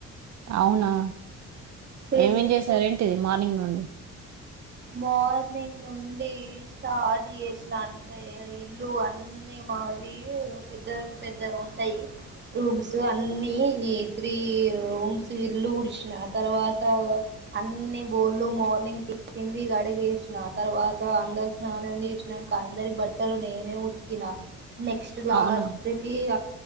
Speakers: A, on the right; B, on the right.
A: అవునా
B: చేస్
A: ఏమేం చేసారేంటిది మార్నింగ్ నుండి
B: మార్నింగ్ నుండి స్టార్ట్ చేసిన అంటే ఇల్లు అన్నీ మావి పెద్ద పెద్ద ఉంటాయి రూమ్స్ అన్ని త్రీ రూమ్స్ ఇల్లు ఉడిసిన ఆ తర్వాత అన్న బోలు మనింగ్ పిన్వి గడిగేసిన తర్వాత అందరు స్నానం చేసినాక అందరి బట్టలు నేనే ఉతికినా నెక్స్ట్ లాస్ట్కి
A: అవునా
B: ఇ